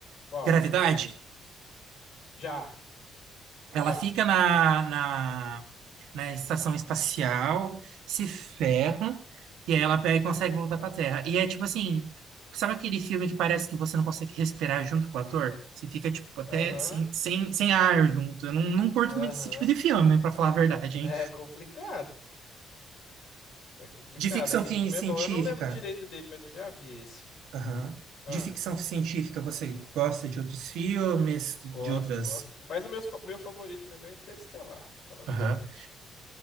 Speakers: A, on the left; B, on the right.
A: Qual?
B: Gravidade?
A: Já,
B: Ela
A: já.
B: fica na, na, na estação espacial, se ferra, e aí ela pega e consegue
A: Aham,
B: voltar pra Terra. E é tipo assim, sabe aquele filme que parece que você não consegue respirar junto com o ator? Você fica, tipo, até
A: aham,
B: sem, sem, sem ar junto. Eu não, não curto
A: aham.
B: muito esse tipo de filme, pra falar a verdade, hein?
A: É complicado. É complicado.
B: De ficção
A: Aquele
B: fi-
A: filme
B: científica.
A: é bom. Eu não lembro direito dele, mas eu já vi esse.
B: Aham.
A: Ah.
B: De ficção científica, você gosta de outros filmes, de
A: Gosto,
B: outras.
A: gosto. Mas o meu, meu favorito mesmo é Interestelar, vou falar a verdade.
B: Aham.